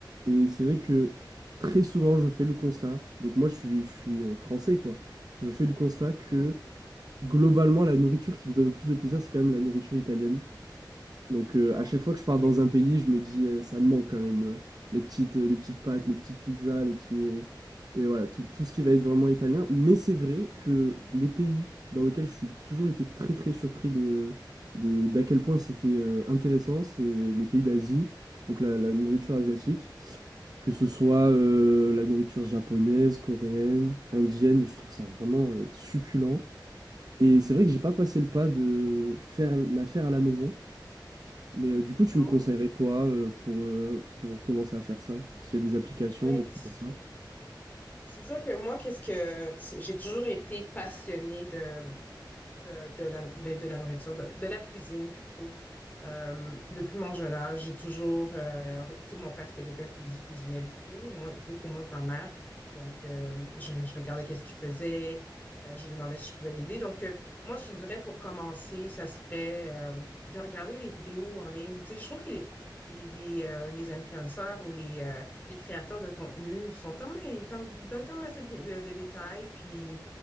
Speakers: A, on the right; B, on the left.
A: et c'est vrai que très souvent je fais le constat donc moi je suis je suis euh, français quoi je fais le constat que
B: Mhm.
A: globalement la nourriture qui me donne le plus de plaisir c'est quand même la nourriture italienne donc euh,
B: Oh,
A: à chaque fois
B: ok.
A: que je pars dans un pays, je me dis euh, ça me manque quand même euh, les petites euh, les petites pâtes,
B: Oui,
A: les petites pizzas, les petits euh, et voilà tout, tout ce qui va être vraiment italien. Mais c'est vrai que les pays dans lesquels je suis toujours été très très surpris de de d'à quel point c'était euh, intéressant, c'est les pays d'Asie, donc la, la nourriture asiatique, que ce soit
B: oui.
A: euh, la nourriture japonaise, coréenne, indienne, je trouve ça vraiment euh, succulent. Et c'est vrai que j'ai pas passé le pas de faire la faire à la maison. Mais euh, du coup, tu
B: Non.
A: me conseillerais quoi euh, pour, euh, pour commencer à faire ça? S'il y a des applications,
B: Mais
A: des trucs
B: c'est
A: comme ça?
B: c'est ça que moi, qu'est-ce que c'est- j'ai toujours été passionnée de, de, de la, de, de la nourriture, de, de la cuisine plutôt. Euh, depuis mon jeune âge, j'ai toujours. euh, tu sais, mon père, c'était quelqu'un qui cu- cuisinait beaucoup, moins, beaucoup moins que ma mère. Donc, euh, je, je regardais qu'est-ce qu'il faisait. euh, je lui demandais si je pouvais l'aider. Donc, euh, moi, je te dirais pour commencer, ça serait euh, de regarder des vidéos en ligne. Tu sais, je trouve que les, les, les, euh, les influenceurs ou les, euh, les créateurs de contenu sont comme, ils- comme, donnent comme assez de, de de détails. Puis,